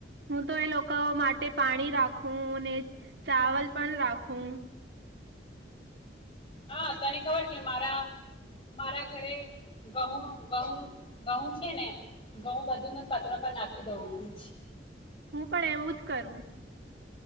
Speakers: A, on the right (about 70°); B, on the left (about 30°).
A: હું તો એ લોકો માટે પાણી રાખું ને ચાવલ પણ રાખું
B: હા તને ખબર છે મારા મારા ઘરે ઘઉ ધઉ ધઉ છે ને ઘઉં બધું મે પત્ર પર નાખી દઉં છું.
A: હું પણ એવું જ કરું